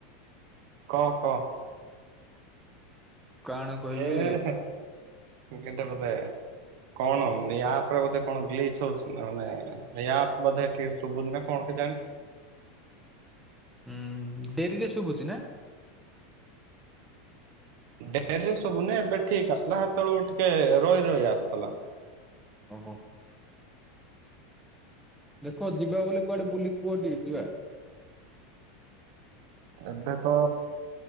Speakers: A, on the right (about 65°); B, in the centre.
A: କ କ
B: କାଣ କହିବି
A: ଏ କେଟା <unintelligible> କଣ ଏ ଆପ ରେ ବୋଧେ କଣ ଗ୍ଲିଚ ହଉଛିାନେ ୟା ବଧେ ଶୁଭୁ ନା କଣ କି ଜାଣି?
B: ହୁଁ ଡେରିରେ ଶୁଭୁଛି ନା?
A: ଡେରିରେ ସବୁନି ଏବେ ଠିକ ଆସିଲଥିଲା ସେତେବେଳକୁ ଟିକେ ରହି ରହି ଆସୁଥିଲା।
B: ଓହୋ ଦେଖ ଯିବା ବୋଲିଲେ କୁଆଡେ ବୁଲି କୁହଠେ ଯିବା।
A: ଏବେ ତ